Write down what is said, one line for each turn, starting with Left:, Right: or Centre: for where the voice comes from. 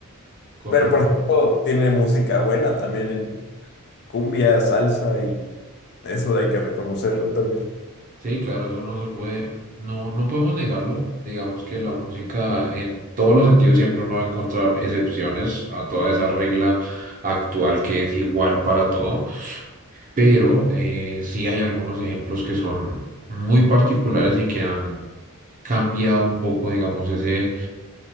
Right: Correcto.
Left: Pero, por ejemplo, tiene música buena también en cumbia, salsa y eso hay que reconocerlo también.
Right: Sí, claro, eso no se puede, no, no podemos negarlo. Digamos que la música en todos los sentidos siempre uno va a encontrar excepciones a toda esa regla actual que es igual para todo, pero eh, sí hay algunos ejemplos que son muy particulares y que han cambiado un poco, digamos, ese